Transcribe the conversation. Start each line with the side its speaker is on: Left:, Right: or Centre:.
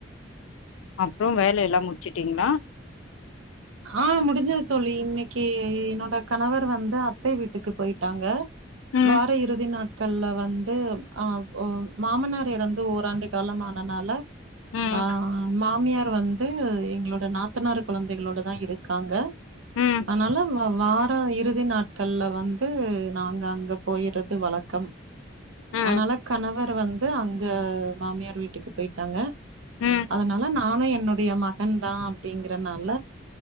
Left: அப்புறோ வேலை எல்லா முடிச்சுட்டீங்களா
Right: ஆ முடிஞ்சது தோழி இன்னைக்கு என்னோட கணவர் வந்து அத்தை வீட்டுக்கு போயிட்டாங்க
Left: ம்
Right: வார இறுதி நாட் நாட்கள்ல வந்து ஆ ஓ மாமனார் இறந்து ஓராண்டு கால ஆனதுனால
Left: ம்
Right: ஆ மாமியார் வந்து எங்களோட நாத்தனார் குழந்தைகளோட தா இருக்காங்க
Left: ம்
Right: அதனால வா இறுதி நாட்கள்ல வந்து நாங்க அங்க போயறது வழக்கம்
Left: ம்
Right: அதனால கணவர் வந்து அங்க மாமியார் வீட்டுக்கு போயிட்டாங்க
Left: ம்
Right: அதனால நானு என்னுடைய மகன் தா அப்படிங்குறதுனால